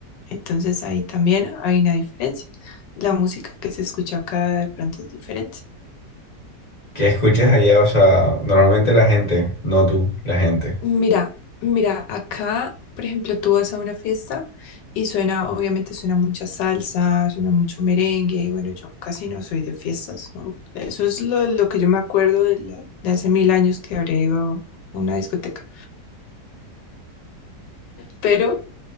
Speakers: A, on the left; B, on the left.
A: Entonces ahí también hay una diferencia. La música que se escucha acá de pronto es diferente.
B: ¿Qué escuchas allá? O sea, normalmente la gente, no tú, la gente.
A: Mira, mira, acá, por ejemplo, tú vas a una fiesta y suena, obviamente suena mucha salsa, suena mucho merengue, y bueno, yo casi no soy de fiestas, ¿no? Eso es lo, lo que yo me acuerdo de, la- de hace mil años que habría ido a una discoteca. Pero